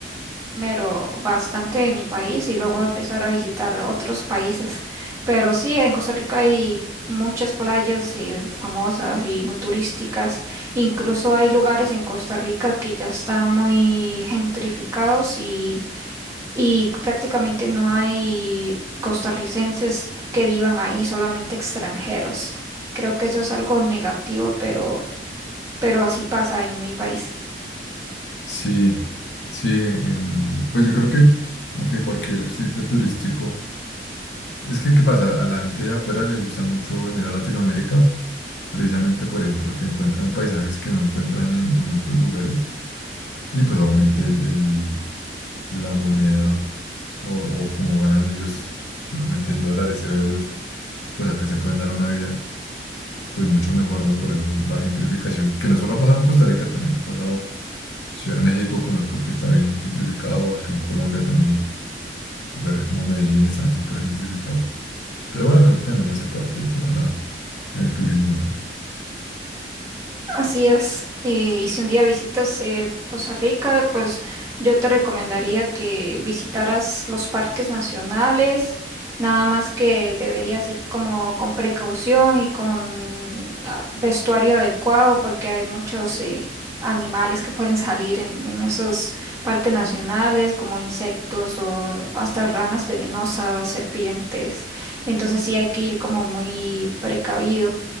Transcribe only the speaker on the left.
Sí, sí, en, pues yo creo que como que cualquier sitio turístico. Es que, ¿qué pasa? A la gente de afuera le gusta mucho venir a Latinoamérica precisamente por eso, porque encuentran paisajes que no encuentran en, en otros lugares. Y pues obviamente el, el- la moneda o, o como ganan ellos, normalmente en dólares o euros, pues acá se pueden dar una vida pues mucho mejor, ¿no? Por eso la gentrificación, que no solo ha pasado en Costa Rica, también ha pasado en Ciudad de México, conozco que está bien gentrificado, acá en Colombia también, lugares como Medellín están súper gentrificados. Pero bueno, creo que también hace parte de toda la, el turismo, ¿no?